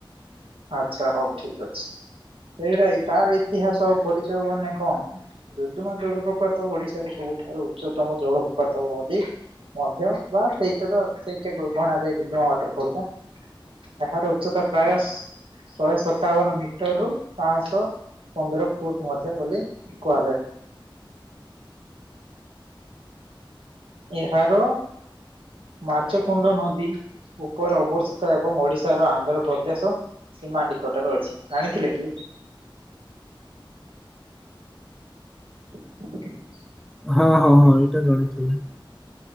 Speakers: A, on the right; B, in the centre.
A: ଆଚ୍ଛା ହଉ ଠିକ୍ ଅଛି। ଏଇଟା ତାର ଇତିହାସ ଆଉ ପରିଚୟ ମାନେ କଣ? ଡୁଦୁମା ଜଳପ୍ରପାତ ଓଡିଶାର ସବୁଠାରୁ ଉଚ୍ଚତମ ଜଳପ୍ରପାତ କୁହନ୍ତି। ମଧ୍ୟ ବା ସେଇଟା ତ ସେଇ ଟାଇପ୍ ର ଗଣା ଯାଏ ଡୁଡୁମା ୱାଟର ଫଲ୍ ଟା। ଏହାର ଉଚ୍ଚତା ପ୍ରାୟ, ଶହେ ସତାବନ ମିଟର ରୁ ପାଞ୍ଚଶହ ପନ୍ଦର ଫୁଟ୍ ମଧ୍ୟ ବୋଲି କୁହାଯାଏ। ଏହାର ମାଛକୁଣ୍ଡ ନଦୀ, ଉପରେ ଅବସ୍ଥିତ ଏବଂ ଓଡିଶାର ଆନ୍ଧ୍ରପ୍ରଦେଶ ସୀମା ନିକଟରେ ଅଛି। ଯାଣିଥିଲେ କି? <inaudible>
B: ହଁ ହଁ ହଁ, ଏଇଟା ଜାଣିଥିଲି।